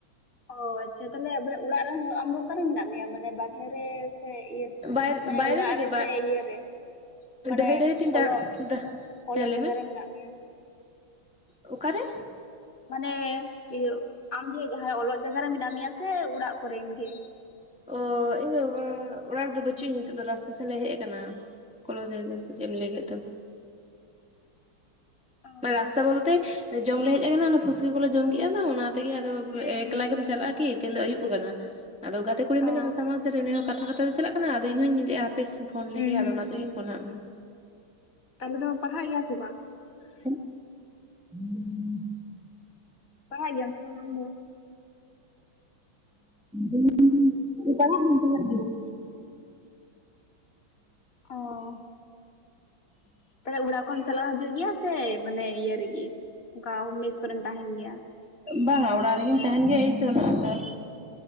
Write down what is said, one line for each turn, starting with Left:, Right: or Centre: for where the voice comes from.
Left: ᱚ ᱟᱪᱪᱷᱟ ᱛᱟᱦᱚᱞᱮ ᱵᱚᱞᱮ ᱚᱲᱟᱜ ᱨᱮᱱ ᱦᱚᱲ ᱟᱢ ᱫᱚ ᱚᱠᱟᱨᱮ ᱢᱮᱱᱟᱜ ᱢᱮᱭᱟ ᱢᱟᱱᱮ ᱵᱟᱨᱦᱮ ᱨᱮ ᱥᱮ ᱤᱭᱟᱹᱼᱼ
Centre: ᱵᱟᱭ
Left: ᱢᱟᱱᱮ
Centre: ᱵᱟᱭᱨᱮ
Left: ᱚᱲᱟᱜ
Centre: ᱨᱮᱜᱮ
Left: ᱨᱮ
Centre: ᱵᱟ
Left: ᱥᱮ ᱤᱭᱟᱹ ᱨᱮ, ᱢᱟᱱᱮ
Centre: ᱰᱟᱹᱦᱤ ᱰᱟᱹᱦᱤ ᱛᱤᱧ
Left: ᱚᱞᱚᱜ
Centre: ᱛᱟᱲ
Left: ᱚᱞᱚᱜ
Centre: ᱦᱮᱸ ᱞᱟᱹᱭ
Left: ᱡᱟᱭᱜᱟ
Centre: ᱢᱮ
Left: ᱨᱮ ᱢᱮᱱᱟᱜ ᱢᱮᱭᱟ᱾
Centre: ᱚᱠᱟᱨᱮ?
Left: ᱢᱟᱱᱮ ᱤᱭᱟᱹ ᱟᱢ ᱡᱮ ᱡᱟᱦᱟᱸᱭ ᱚᱞᱚᱜ ᱡᱟᱭᱜᱟ ᱨᱮ ᱢᱮᱱᱟᱜ ᱢᱮᱭᱟ ᱥᱮ ᱚᱲᱟᱜ ᱠᱚᱨᱮᱱ ᱜᱮ?
Centre: ᱚᱻ ᱤᱧᱫᱚ ᱚᱲᱟᱜ ᱨᱮᱫᱚ ᱵᱟᱹᱪᱩᱜ ᱟᱹᱧ ᱱᱤᱛᱚᱜ ᱫᱚ ᱨᱟᱥᱛᱟ ᱥᱮᱱᱞᱮ ᱦᱮᱡ ᱟᱠᱟᱱᱟ᱾ ᱠᱚᱞᱚ ᱡᱟᱭᱜᱟ ᱥᱮ ᱪᱮᱫ ᱮᱢ ᱞᱟᱹᱭ ᱠᱮᱫ ᱫᱚ᱾
Left: ᱚ
Centre: ᱨᱟᱥᱛᱟ ᱵᱚᱞᱛᱮ ᱡᱚᱢ ᱞᱮ ᱦᱮᱡ ᱟᱠᱟᱱᱟ ᱚᱱᱟ ᱯᱷᱩᱪᱠᱟᱹ ᱠᱚᱞᱮ ᱡᱚᱢ ᱠᱮᱜᱼᱟ ᱛᱚ ᱚᱱᱟᱼᱼ ᱛᱮᱜᱮ ᱟᱫᱚ
Left: ᱦᱮᱸ
Centre: ᱮᱠᱞᱟ
Left: ᱦᱮᱸ
Centre: ᱜᱮᱢ ᱪᱟᱞᱟᱜᱼᱟ ᱠᱤ ᱛᱮᱦᱮᱱ ᱫᱚ ᱟᱹᱭᱩᱵᱽ ᱠᱟᱱᱟ ᱟᱫᱚ ᱜᱟᱛᱮ ᱠᱩᱲᱤ ᱢᱮᱱᱟᱜᱼᱟ
Left: ᱚ
Centre: ᱥᱟᱢᱟᱝ ᱥᱮᱫ ᱨᱮ ᱩᱱᱤ ᱦᱚᱸᱼᱼ ᱠᱟᱛᱷᱟ ᱠᱟᱛᱷᱟ ᱛᱮ ᱪᱟᱞᱟᱜ ᱠᱟᱱᱟ ᱟᱫᱚ ᱤᱧ ᱦᱩᱸᱧ ᱞᱟᱹᱭᱮᱜᱼᱟ ᱦᱟᱯᱮ ᱥᱮᱧ ᱯᱷᱳᱱ
Left: ᱦᱩᱸ
Centre: ᱞᱮᱜᱮ
Left: ᱦᱩᱸ
Centre: ᱟᱫᱚ ᱚᱱᱟ ᱛᱮᱜᱮᱧ ᱯᱷᱳᱱᱟᱜ ᱢᱮᱭᱟ᱾
Left: ᱛᱟᱦᱞᱮ ᱫᱚᱢ ᱯᱟᱲᱦᱟᱜ ᱜᱮᱭᱟ ᱥᱮ ᱵᱟᱝ?
Centre: ᱟᱱᱼᱚᱰᱤᱵᱮᱞ <inaudible> ᱤᱱᱼᱚᱰᱤᱵᱮᱞ <unintelligible>
Left: ᱯᱟᱲᱦᱟᱜ ᱜᱮᱭᱟᱢ ᱥᱮ ᱵᱟᱝ ᱟᱢᱫᱚ?
Centre: ᱤᱧ ᱯᱟᱲᱦᱟᱜ ᱫᱩᱧ ᱯᱟᱲᱦᱟᱜ ᱜᱮᱭᱟ <inaudible>
Left: ᱚᱻ ᱛᱟᱞᱦᱮ ᱚᱲᱟᱜ ᱠᱚᱢ ᱪᱟᱞᱟ ᱦᱤᱡᱩᱜ ᱜᱮᱭᱟ ᱥᱮ ᱢᱟᱱᱮ ᱤᱭᱟᱹ ᱨᱮᱜᱮ ᱚᱱᱠᱟ ᱢᱮᱥ ᱠᱚᱨᱮᱢ ᱛᱟᱦᱮᱱ ᱜᱮᱭᱟ?
Centre: ᱵᱟᱝᱼᱟ ᱚᱲᱟᱜ ᱨᱮᱜᱤᱧ ᱛᱟᱦᱮᱱ ᱜᱮᱭᱟ ᱮᱭ ᱛᱚ ᱱᱚᱜᱼᱚᱭ